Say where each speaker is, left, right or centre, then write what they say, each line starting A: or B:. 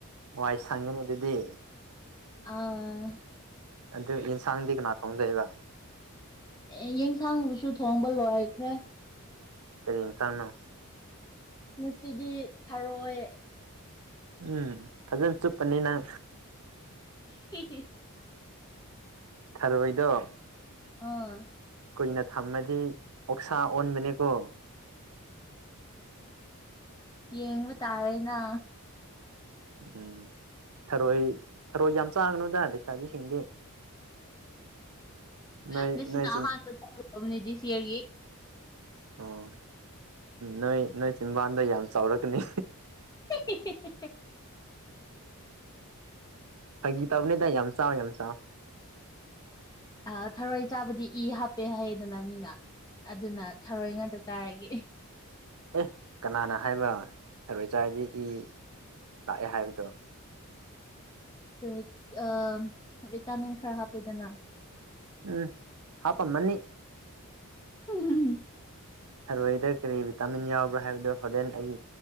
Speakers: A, on the right; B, on the left.
A: ꯋꯥꯏ ꯁꯪꯉꯅꯨ ꯑꯗꯨꯗꯤ
B: ꯑꯥ
A: ꯑꯗꯨ ꯌꯦꯟꯁꯥꯡꯗꯤ ꯀꯅꯥ ꯊꯣꯡꯗꯣꯏꯕ
B: ꯑꯦ ꯌꯦꯟꯁꯥꯡꯗꯨꯁꯨ ꯊꯣꯡꯕ ꯂꯣꯏꯈ꯭ꯔꯦ
A: ꯀꯔꯤ ꯍꯤꯟꯁꯥꯡꯅꯣ
B: ꯉꯁꯤꯗꯤ ꯊꯔꯣꯏ
A: ꯎꯝ ꯐꯖꯅ ꯆꯨꯞꯄꯅꯤꯅꯪ
B: ꯍꯤ ꯍꯦ
A: ꯊꯔꯣꯏꯗꯣ
B: ꯑꯥ
A: ꯀꯨꯏꯅ ꯊꯝꯃꯗꯤ ꯑꯣꯛꯁꯥ ꯑꯣꯟꯕꯅꯤꯀꯣ
B: ꯌꯦꯡꯕ ꯇꯥꯔꯦꯅ
A: ꯎꯝ ꯊꯔꯣꯏ ꯊꯔꯣꯏ ꯌꯥꯝ ꯆꯥꯒꯅꯨꯗ ꯂꯩꯁꯥꯕꯤꯁꯤꯡꯗꯤ ꯅꯣꯏ
B: ꯉꯁꯤꯅ
A: ꯅꯣꯏ ꯆꯤꯟ
B: ꯑꯍꯥꯟꯕꯅꯦ ꯇꯧꯕꯅꯦ ꯗꯤꯁ ꯏꯌꯥꯔꯒꯤ
A: ꯑꯣ ꯅꯣꯏ ꯅꯣꯏ ꯆꯤꯟꯕꯥꯟꯗꯣ ꯌꯥꯝ ꯆꯥꯎꯔꯛꯀꯅꯤ
B: ꯍꯦ ꯍꯦ ꯍꯦ ꯍꯦ ꯍꯦ
A: ꯐꯥꯒꯤ ꯇꯧꯅꯦꯗ ꯌꯥꯝ ꯆꯥꯎ ꯌꯥꯝ ꯆꯥꯎ
B: ꯑ ꯊꯔꯣꯏ ꯆꯥꯕꯗꯤ ꯏ ꯍꯥꯞꯄꯦ ꯍꯥꯏꯌꯦꯗꯅ ꯃꯤꯅ ꯑꯗꯨꯅ ꯊꯔꯣꯏ ꯉꯥꯛꯇ ꯆꯥꯔꯒꯦ
A: ꯑꯦ ꯀꯅꯥꯅ ꯍꯥꯏꯕ꯭ꯔꯥ ꯊꯔꯣꯏ ꯆꯥꯔꯗꯤ ꯏ ꯂꯥꯛꯑꯦ ꯍꯥꯏꯕꯗꯣ
B: ꯀꯔꯤ ꯑ ꯕꯤꯇꯥꯃꯤꯟ ꯈꯔ ꯍꯥꯄꯤꯗꯅ
A: ꯎꯝ ꯍꯥꯞꯄꯝꯃꯅꯤ
B: ꯎꯝ ꯍ ꯍ ꯍ
A: ꯊꯔꯣꯏꯗ ꯀꯔꯤ ꯚꯤꯇꯥꯃꯤꯟ ꯌꯥꯎꯕ꯭ꯔꯥ ꯍꯥꯏꯕꯗꯣ ꯍꯣꯔꯦꯟ ꯑꯩ